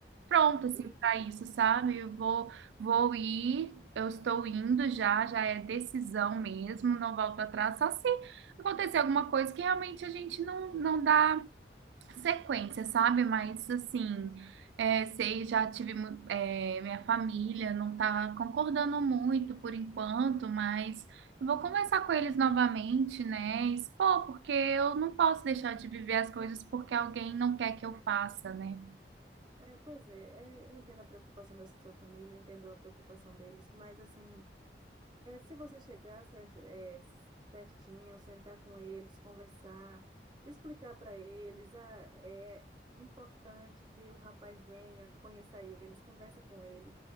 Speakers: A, on the right; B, on the right.
A: pronta, assim,
B: Livre.
A: para isso, sabe? Eu vou. Vou ir, eu estou indo já, já é decisão mesmo, não volto atrás, só se acontecer alguma coisa que realmente a gente não, não dá sequência, sabe? Mas assim, é, sei, já tive mu- é, minha família, não está concordando muito por enquanto, mas eu vou conversar com eles novamente, né? E Expor, porque eu não posso deixar de viver as coisas porque alguém não quer que eu faça, né?
B: É, pois é, é, eu entendo a preocupação da sua família, eu entendo a preocupação deles, mas assim, é, se você chegar cer- é, certinho, sentar com eles, conversar, explicar para eles, ah, é importante que o rapaz venha, conheça eles, converse com ele,